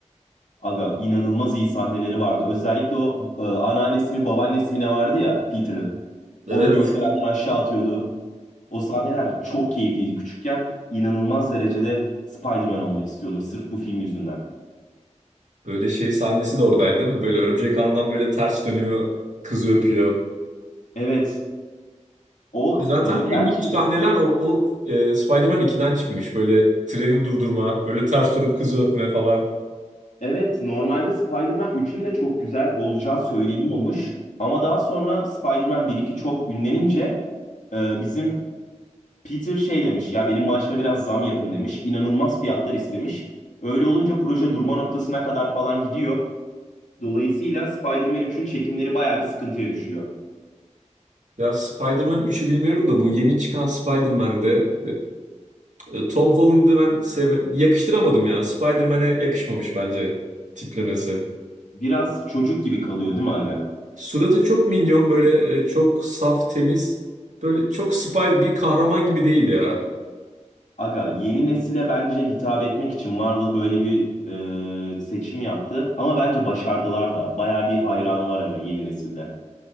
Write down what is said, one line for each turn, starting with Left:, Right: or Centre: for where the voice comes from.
Left: Aga inanılmaz iyi sahneleri vardı. Özellikle o e, anneannesi mi babaannesi mi ne vardı ya Peter'ın.
Right: Evet.
Left: Onu gökdelenden aşağı atıyordu. O sahneler çok keyifliydi. Küçükken inanılmaz derecede Spider-Man olmak istiyordum sırf bu film yüzünden.
Right: Böyle şey sahnesi de oradaydı değil mi? Böyle örümcek ağından böyle ters dönüyor, kızı öpüyor.
Left: Evet o
Right: Zaten
Left: e, gerçi
Right: en büyük sahneler o, o e, Spider-Man 2'den çıkmış. Böyle treni durdurma, böyle ters durup kızı öpme falan.
Left: evet normalde Spider-Man 3'ün de çok güzel olacağı söyleniyormuş. Ama daha sonra Spider-Man 1-2 çok ünlenince e, bizim Peter şey demiş ya benim maaşıma biraz zam yapın demiş. İnanılmaz fiyatlar istemiş. Öyle olunca proje durma noktasına kadar falan gidiyor. Dolayısıyla Spider-Man 3'ün çekimleri bayağı bir sıkıntıya düşüyor.
Right: Ya Spider-Man 3'ü bilmiyorum da bu yeni çıkan Spider-Man'de e, e, Tom Holland'ı ben seve- yakıştıramadım ya. Spider-Man'e yakışmamış bence tiplemesi.
Left: Biraz çocuk gibi kalıyor değil mi Aga?
Right: Suratı çok minyon, böyle e, çok saf, temiz. Böyle çok Spider bir kahraman gibi değil ya.
Left: Aga yeni nesile bence hitap etmek için Marvel böyle bir e, seçim yaptı. Ama bence başardılar da. Bayağı bir hayranı var Aga yeni nesilde.